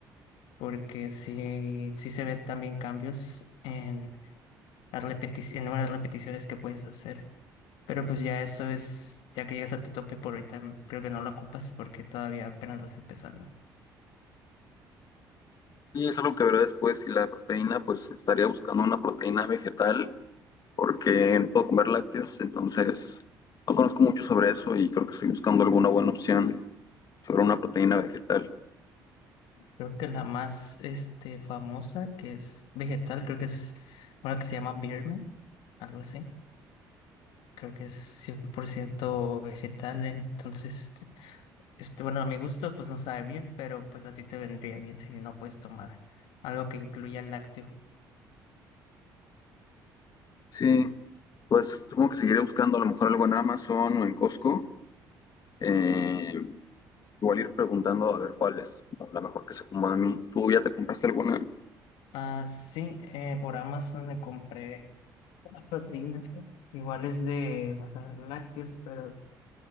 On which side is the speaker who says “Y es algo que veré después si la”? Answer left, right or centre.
Left